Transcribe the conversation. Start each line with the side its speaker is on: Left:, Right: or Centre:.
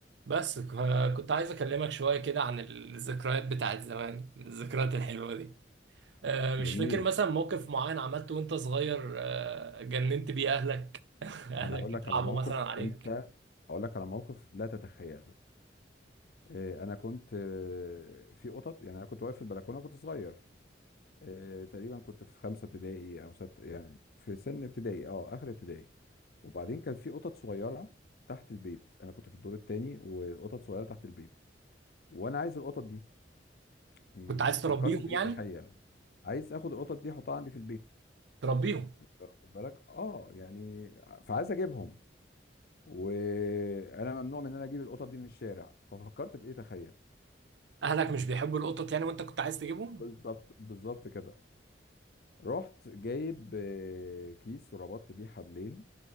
Right: بس ف- كنت عايز اكلمك شويه كده عن الذكريات بتاعت زمان الذكريات الحلوه دي آه، مش
Left: جميل
Right: فاكر مثلا موقف معين عملته وانت صغير آه، جننت بيه اهلك <laughs> اهلك
Left: انا هقول لك
Right: اترعبوا
Left: على موقف
Right: مثلا عليك
Left: انت هقول لك على موقف لا تتخيله آه، انا كنت آه، في قطط يعني انا كنت واقف في البلكونه كنت صغير آه، تقريبا كنت في خمسه ابتدائي او ست يعني في سن ابتدائي اه اخر ابتدائي وبعدين كان في قطط صغيره تحت البيت انا كنت في الدور الثاني وقطط صغيره تحت البيت وانا عايز القطط دي مم،
Right: كنت عايز
Left: فكرت
Right: تربيهم
Left: في ايه
Right: يعني
Left: تخيل عايز اخد القطط دي احطها عندي في البيت
Right: تربيهم
Left: واخد بالك اه يعني ع- فعايز اجيبهم وانا ممنوع من ان انا اجيب القطط دي من الشارع ففكرت في ايه تخيل
Right: اهلك مش بيحبوا القطط يعني وانت كنت عايز تجيبهم
Left: بالظبط بالظبط كده رحت جايب آه، كيس وربطت بيه حبلين